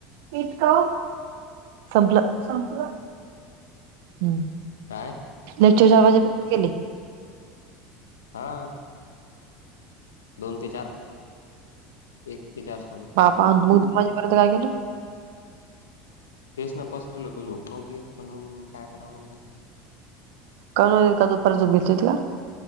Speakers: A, on the right; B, on the left.
A: मीटका संपलं संपलं हम्.
B: काय?
A: लेक्चर चार वाजे केले.
B: हा. दोन ते चार एक ते चार सॉरी.
A: पाह मगु कर काय केलं?
B: तेच ना पसरल तो झोक नवती येत पण मग काय कराव म्हणलं.
A: कनल का दुपार जोप घेतोय तला.